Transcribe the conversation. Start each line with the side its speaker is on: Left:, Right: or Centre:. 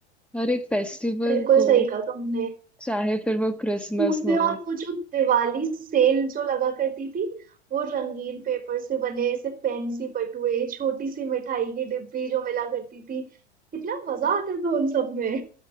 Centre: हर एक फेस्टिवल
Right: बिल्कुल
Centre: को
Right: सही कहा तुमने
Centre: चाहे फिर वो क्रिसमस
Right: स्कूल
Centre: हो
Right: में और वो जो दिवाली सेल जो लगा करती थी वो रंगीन पेपर से बने ऐसे फैंसी पटुए छोटी सी मिठाई की डिब्बी जो मिला करती थी कितना मजा आता था उन सब में